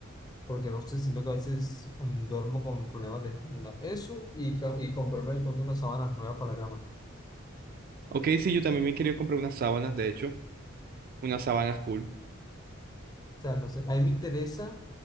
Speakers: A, on the left; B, on the right.
A: porque no sé, siento que a veces mm, duermo con problemas de espalda. Eso y, ca- y comprarme de pronto unas sábanas nuevas para la cama. O
B: Ok, sí, yo también me quería comprar unas sábanas, de hecho, unas sábanas cool.
A: sea, no sé, a mí me interesa